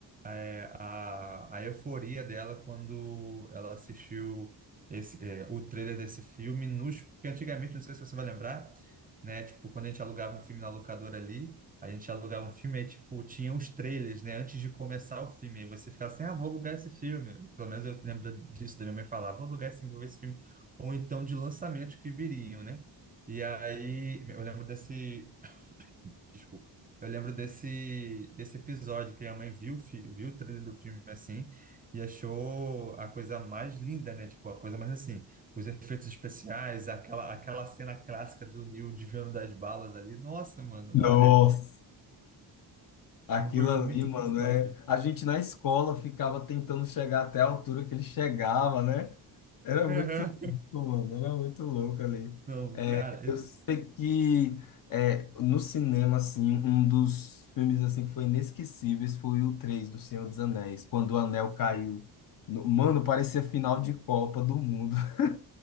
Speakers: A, on the right; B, on the left.
A: é, a, a euforia dela quando ela assistiu esse, é, o trailer desse filme, nos, porque antigamente, não sei se você vai lembrar, né? Tipo, quando a gente alugava um filme na locadora ali. A gente alugava um filme, aí, tipo, tinha uns trailers, né? Antes de começar o filme. Aí você ficava assim, ah, vou alugar esse filme. Pelo menos eu lembro disso, da minha mãe falar, vou alugar esse, vou ver esse filme. Ou então de lançamento que viriam, né? E aí, eu lembro desse... Desculpa. Eu lembro desse, desse episódio que a mãe viu, o fi- viu o trailer do filme, assim, e achou a coisa mais linda, né? Tipo, a coisa mais, assim, os efeitos especiais, aquela, aquela cena clássica do Neil desviando das balas ali. Nossa, mano,
B: Nossa!
A: olha...
B: Aquilo
A: Humor
B: ali,
A: muito,
B: mano,
A: muito top.
B: é. A gente na escola ficava tentando chegar até a altura que ele chegava, né? Era
A: Aham.
B: muito louco, mano, era muito louco ali.
A: Não,
B: É,
A: cara,
B: eu
A: esse-
B: sei que é, no cinema, assim, um dos filmes assim, que foi inesquecíveis foi o 3 do Senhor dos Anéis, quando o anel caiu. No- Mano, parecia final de Copa do Mundo. <laughs>